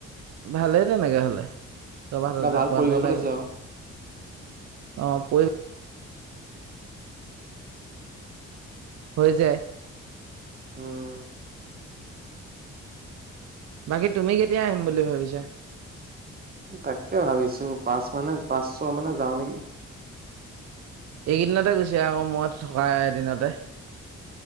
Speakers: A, on the right; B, on the right.
A: ভালেই তেনেকে হলে, চব হাততে
B: এটা ভাল
A: পোৱাটোৱেই
B: পৰিৱেশত
A: লাগে।
B: আছে আৰু
A: অ'হ। প হৈ যায়।
B: হম।
A: বাকী তুমি কেতিয়া আহিম বুলি ভাবিছা?
B: তাকে ভাবিছো পাঁচ মানে পাঁচছয় মানে যাওঁ নেকি?
A: এইকেইদিনতে গুছি আহ আকৌ মই থকাই এদিনতে।